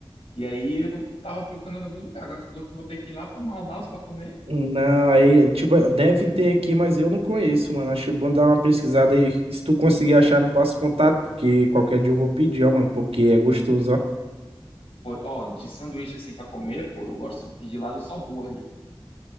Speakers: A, on the left; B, on the right.
A: E aí eu tava procurando algum lugar. Agora tu falou que eu vou ter que ir lá pra Manaus pra comer.
B: não, aí é, tipo, deve ter aqui, mas eu não conheço, mano. Acho bom dar uma pesquisada aí. Se tu conseguir achar, me passa o contato, porque qualquer dia eu vou pedir, ó, mano, porque é gostoso, ó.
A: Pô, ó, de sanduíche assim pra comer, pô, eu gosto de pedir lá do só burger.